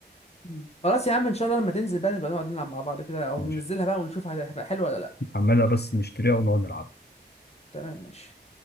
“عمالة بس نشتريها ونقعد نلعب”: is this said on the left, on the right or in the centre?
Left